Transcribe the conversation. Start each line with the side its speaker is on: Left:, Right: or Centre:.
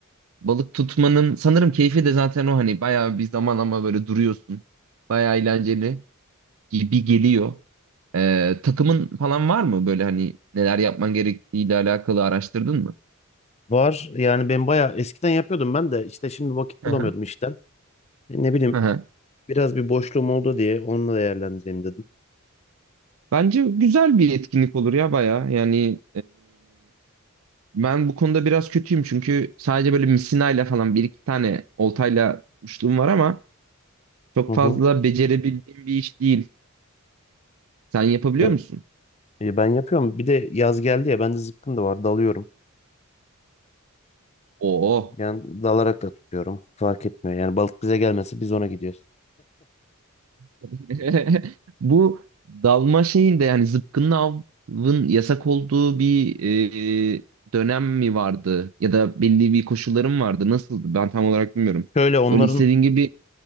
Right: balık tutmanın sanırım keyfi de zaten o hani bayağı bir zaman ama böyle duruyorsun. Bayağı eğlenceli gibi geliyor. E, takımın falan var mı böyle hani neler yapman gerektiğiyle alakalı araştırdın mı?
Left: Var yani ben bayağı eskiden yapıyordum ben de işte şimdi vakit bulamıyordum
Right: Hı hı.
Left: işten. E, ne bileyim
Right: Hı hı.
Left: biraz bir boşluğum oldu diye onunla değerlendireyim dedim.
Right: Bence güzel bir etkinlik olur ya bayağı. Yani Ben bu konuda biraz kötüyüm çünkü sadece böyle misinayla falan bir iki tane oltayla tutmuşluğum var ama çok
Left: Hı hı.
Right: fazla becerebildiğim bir iş değil. Sen
Left: Ya,
Right: yapabiliyor musun?
Left: e, ben yapıyorum. Bir de yaz geldi ya bende zıpkın da var dalıyorum.
Right: Oo.
Left: Yani dalarak da tutuyorum. Fark etmiyor. Yani balık bize gelmesi biz ona gidiyoruz.
Right: <laughs> Bu dalma şeyinde yani zıpkınlı avın yasak olduğu bir e, dönem mi vardı? Ya da belli bir koşullarım vardı. Nasıldı? Ben tam olarak bilmiyorum.
Left: <laughs> Şöyle onların
Right: Öyle istediğin gibi